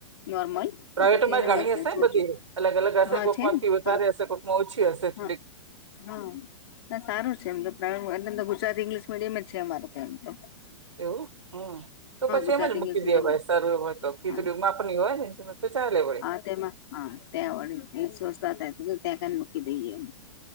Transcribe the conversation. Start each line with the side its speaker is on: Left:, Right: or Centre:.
Left: નોર્મલ. તો
Right: પ્રાઇવેટમાં
Left: પછી એનામાં
Right: ઘણી હશે
Left: સોચો
Right: બધી અલગ અલગ
Left: હા
Right: હશે કોઈકમાંથી
Left: છે ને
Right: વધારે
Left: હા
Right: હશે કોઈકમાં ઓછી હશે.
Left: હા હા, ના સારું છે એમ તો એ ગુજરાતી ઇંગ્લિશ મીડિયમ જ છે અમારે ત્યાં બી.
Right: એવું હમ. તો પછી
Left: ગુજરાતી
Right: એમ જ મૂકી
Left: ઇંગ્લિશ મીડિયમ
Right: દે ભાઈ
Left: જ
Right: સારું એ હો તો ફી
Left: હા
Right: થોડી માપની હોય ને તો ચાલે ભાઈ.
Left: હા તેમાં હા, તેવડી <unintelligible> મૂકી દઈએ.